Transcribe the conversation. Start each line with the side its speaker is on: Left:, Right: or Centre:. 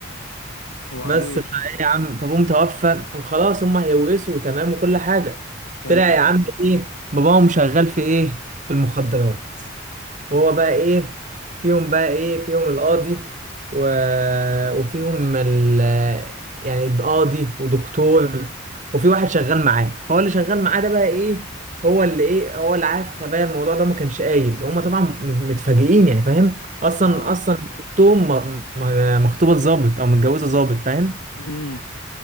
Left: وبعدين
Right: بس فايه يا عم فابوهم توفى وخلاص هم هيورثوا تمام وكل حاجه
Left: تمام
Right: طلع يا عم ايه باباهم شغال في ايه في المخدرات وهو بقى ايه فيهم بقى ايه فيهم القاضي و... وفيهم ال... يعني القاضي ودكتور وفي واحد شغال معاه فهو اللي شغال معاه ده بقى ايه هو اللي ايه هو اللي عارف خبايا الموضوع ده ما كانش قايل هما طبعا م- متفاجئين يعني فاهم اصلا
Left: اه
Right: اصلا اختهم م- م- مخطوبه ظابط او متجوزه ظابط فاهم
Left: امم